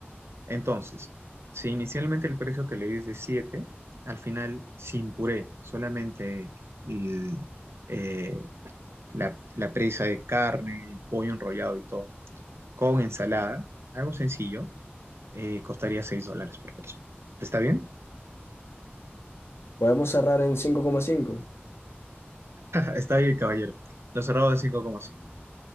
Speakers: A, on the right; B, on the left.
A: Entonces, si inicialmente el precio que le di es de 7 al final sin puré, solamente el, eh, la, la presa de carne, el pollo enrollado y todo, con ensalada, algo sencillo, eh, costaría 6 dólares por persona. ¿Está bien?
B: ¿Podemos cerrar en cinco coma cinco
A: <laughs> Está bien, caballero. Lo cerrado de cinco coma cinco.